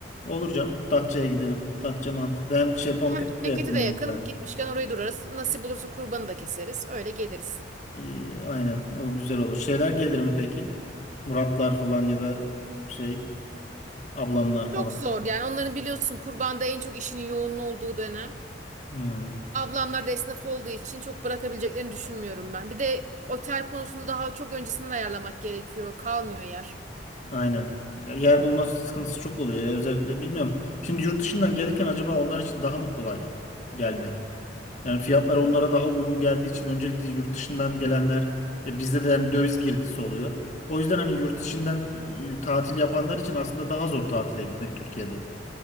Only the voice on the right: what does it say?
Hem memlekete
de yakın.
Gitmişken orayı durarız. Nasip olursa kurbanı da keseriz. Öyle geliriz.
Çok zor yani onların biliyorsun kurbanda en çok işinin yoğunluğu olduğu dönem.
Ablamlar da esnaf olduğu için çok bırakabileceklerini düşünmüyorum ben. Bir de otel konusunda daha çok öncesinden ayarlamak gerekiyor. Kalmıyor yer.